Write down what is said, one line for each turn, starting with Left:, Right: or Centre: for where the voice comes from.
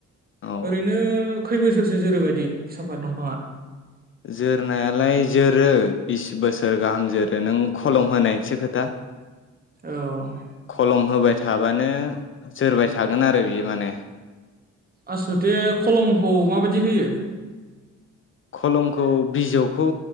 Left: औ
Right: ओरैनो खै बोसोरसो जोरोबायदि साफात दंफाङा
Left: जोरनायालाय जोरो बिस बोसोर गाहाम जोरो। नों खलम होनायसो खोथा
Right: औ
Left: खलम होबाय थाबानो जोरबाय थागोन आरो बियो माने
Right: आसलथे खलमखौ माबायदि होयो?
Left: खलमखौ बिजौखौ